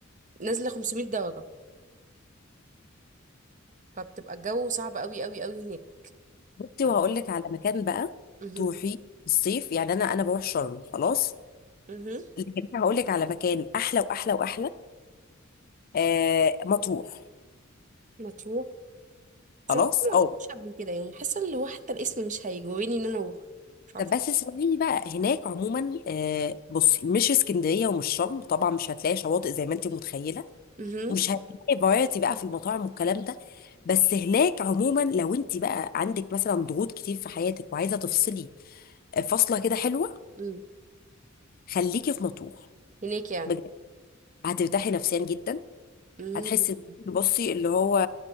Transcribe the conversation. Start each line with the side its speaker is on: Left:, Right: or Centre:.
Right: نازله 500 درجه فبتبقى الجو صعب قوي قوي قوي هناك
Left: بصي
Right: م-
Left: وهقول لك على مكان بقى
Right: مهم.
Left: تروحي الصيف يعني انا انا بروح شرم خلاص
Right: مهم.
Left: لكن أنا هقول لك على مكان احلى واحلى واحلى آه مطروح
Right: مطروح بصراحه
Left: خلاص
Right: ما
Left: اه
Right: رحتش قبل كده يعني حاسه اللي هو حتى الاسم مش هيجوريني ان انا اروح مش عارفه
Left: طب بس اسمعيني بقى هناك عموما آه بصي مش اسكندريه ومش شرم طبعا مش هتلاقي شواطئ زي ما انت متخيله
Right: مهم.
Left: مش هتلاقي فرايتي بقى في المطاعم والكلام ده بس هناك عموما لو انت بقى عندك مثلا ضغوط كتير في حياتك وعايزه تفصلي فصله كده حلوه
Right: مم.
Left: خليكي في مطروح
Right: هناك يعني
Left: بجد هترتاحي نفسيا جدا
Right: مم.
Left: هتحسي إن- بصي اللي هو